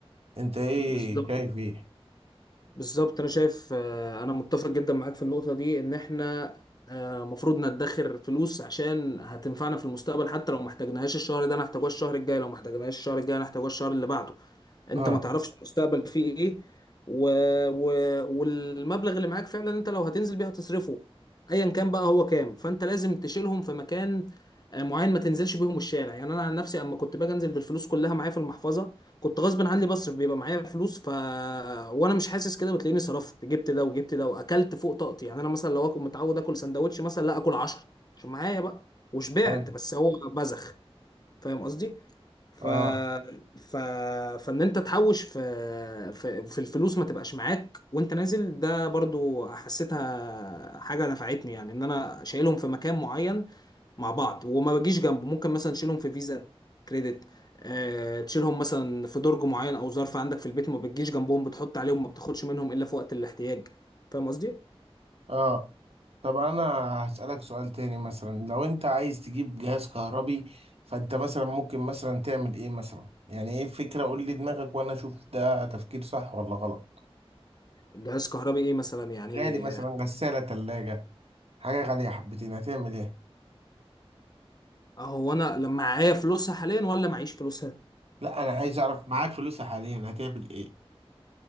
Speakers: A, on the right; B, on the left.
A: انت ايه
B: بالظبط
A: شايف ايه
B: بالظبط انا شايف آه، انا متفق جدا معاك في النقطه دي ان احنا آه، مفروض ندخر فلوس عشان هتنفعنا في المستقبل حتى لو ما احتاجناهاش الشهر ده انا هحتاجوها الشهر الجاي لو ما احتاجناهاش الشهر الجاي انا هحتاجوها الشهر اللي بعده انت
A: اه
B: ما تعرفش المستقبل فيه ايه و... و... والمبلغ اللي معاك فعلا انت لو هتنزل بيه هتصرفه ايا كان بقى هو كام فانت لازم تشيلهم في مكان آه، معين ما تنزلش بيهم الشارع يعني انا عن نفسي اما كنت باجي انزل بالفلوس كلها معايا في المحفظه كنت غصب عني بصرف بيبقى معايا فلوس ف وانا مش حاسس كده بتلاقيني صرفت جبت ده وجبت ده واكلت فوق طاقتي يعني انا مثلا لو اكون متعود اكل سندوتش مثلا لا اكل 10 عشان معايا بقى وشبعت
A: أيوة.
B: بس هو بزخ فاهم قصدي ف...
A: اه
B: ف... فان انت تحوش في... في في الفلوس ما تبقاش معاك وانت نازل ده برضو حسيتها حاجه نفعتني يعني ان انا شايلهم في مكان معين مع بعض وما بجيش جنبه ممكن مثلا تشيلهم في فيزا كريدت أه... تشيلهم مثلا في درج معين او ظرف عندك في البيت ما بتجيش جنبهم بتحط عليهم ما بتاخدش منهم الا في وقت الاحتياج فاهم قصدي؟
A: اه طب انا هسألك سؤال تاني مثلا لو انت عايز تجيب جهاز كهربي فانت مثلا ممكن مثلا تعمل ايه مثلا يعني ايه الفكرة قول لي دماغك وانا اشوف ده تفكير صح ولا غلط
B: جهاز كهربي ايه مثلا يعني
A: غالي مثلا غسالة تلاجة حاجة غالية حبتين هتعمل ايه
B: اهو انا لما معايا فلوسها حاليا ولا معيش فلوسها؟
A: لا انا عايز اعرف معاك فلوس حاليا هتعمل ايه